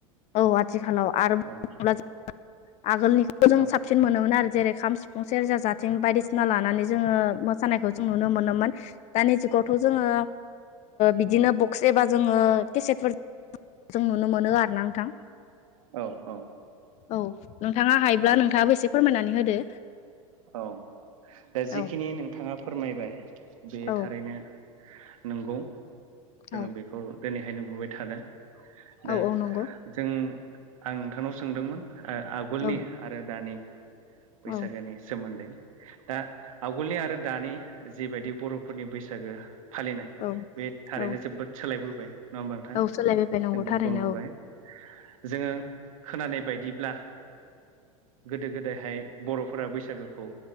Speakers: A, on the left (about 40°); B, on the right (about 70°).
A: औ आथिखालाव आरो बुं
B: औ
A: आगोलनिखौ जों
B: औ
A: साबसिन मोनोमोन आरो जेरै खाम, सिफुं सेरजा, जाथिं बायदिसिना लानानै जोङो मोसानायखौ जों नुनो मोनोमोन दानि जुगावथ' जोङो बिदिनो बक्स एबा जोङो केसेटफोर जों नुनो मोनो आरोना नोंथां
B: औ औ
A: औ नोंथाङा हायोब्ला
B: औ
A: नोंथाङाबो एसे फोरमायनानै होदो
B: औ दा जिखिनि
A: औ
B: नोंथाङा फोरमायबाय बे
A: औ
B: थारैनो नंगौ जोङो
A: औ
B: बेखौ दिनैहाय नुबोबाय थादों। दा
A: औ औ नंगौ
B: जों आं नोंथांनाव सोंदोंमोन आगोलनि
A: औ
B: आरो दानि बैसागोनि
A: औ
B: सोमोन्दै दा आगोलनि आरो दानि जिबायदि बर'फोरनि बैसागो फालिनाय
A: औ
B: बे थारैनो
A: औ
B: जोबोद सोलायबोबाय नङा होमबा नोंथां
A: औ सोलायबोबाय नंगौ
B: जों बेखौ
A: थारैनो
B: नुबाय
A: औ
B: जोङो खोनानाय बायदिब्ला गोदो गोदायहाय बर'फोरा बैसागु बैसागोखौ